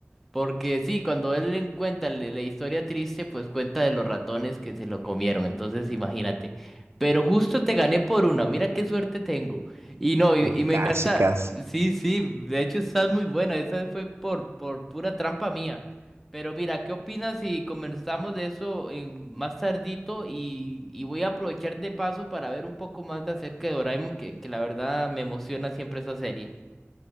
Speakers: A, in the centre; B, on the right.
A: Porque sí, cuando él le cuenta le- la historia triste, pues cuenta de los ratones que se lo comieron. Entonces, imagínate. Pero justo te gané por una. Mira qué suerte tengo. Y no, y,
B: O
A: y me
B: casi,
A: encanta.
B: casi.
A: Sí, sí, de hecho estás muy buena. Esa fue por, por pura trampa mía. Pero mira, ¿qué opinas si conversamos de eso en- más tardito? Y, y voy a aprovechar de paso para ver un poco más de acerca de Doraemon, que, que la verdad me emociona siempre esa serie.